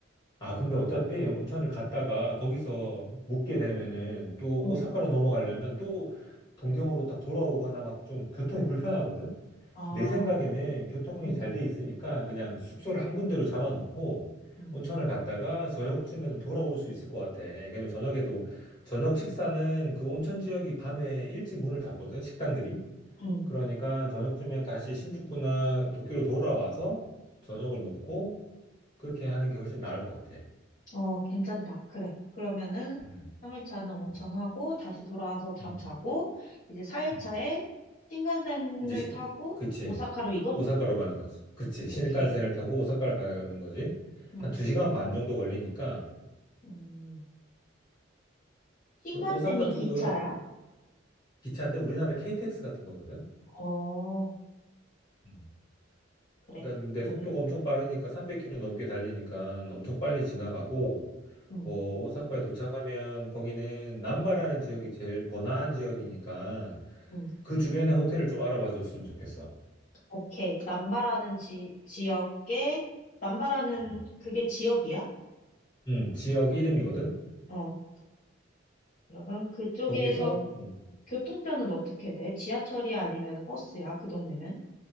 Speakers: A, on the left; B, on the left.
A: 아, 근데 어차피 온천을 갔다가 거기서 묵게 되면은 또
B: 응.
A: 오사카로 넘어가려면 또 동경으로 딱 돌아오거나 막 좀 교통이 불편하거든.
B: 아,
A: 내 생각에는 교통이
B: 응,
A: 잘 돼 있으니까 그냥 숙소를 한 군데로 잡아놓고
B: 응,
A: 온천을 갔다가 저녁쯤에는 돌아올 수 있을 것 같아. 그러면 저녁에도 저녁 식사는 그 온천 지역이 밤에 일찍 문을 닫거든, 식당들이.
B: 응.
A: 그러니까 저녁쯤엔 다시 신주쿠나 도쿄로 돌아와서 저녁을 먹고 그렇게 하는 게 훨씬 나을 것 같아.
B: 어, 괜찮다. 그래. 그러면은
A: 음,
B: 3일차는 온천하고
A: 음,
B: 다시 돌아와서 잠
A: 음,
B: 자고 이제 4일차에
A: 음.
B: 신칸센을
A: 이제 시,
B: 타고
A: 그치.
B: 오사카로 이동?
A: 오사카로 가는 거지. 그치. 신칸센을
B: 오케이.
A: 타고 오사카를 가는 거지.
B: 응.
A: 한 두 시간 반 정도 걸리니까
B: 음, 신칸센이
A: 그 오사카 쪽은
B: 기차야?
A: 기차인데 우리나라 KTX 같은 거거든.
B: 어,
A: 음.
B: 그래.
A: 그러니까 근데
B: 그러면
A: 속도가 엄청 빠르니까 300km 넘게 달리니까 엄청 빨리 지나가고
B: 응,
A: 어, 오사카에 도착하면 거기는 남바라는 지역이 제일 번화한 지역이니까
B: 응,
A: 그 주변에 호텔을 좀 알아봐 줬으면 좋겠어.
B: 오케이. 남바라는 지, 지역에, 남바라는
A: 음.
B: 그게 지역이야?
A: 음, 지역 이름이거든.
B: 어. 그러면 그쪽에서
A: 거기서 음,
B: 교통편은 어떻게 돼? 지하철이 아니면 버스야? 그 동네는?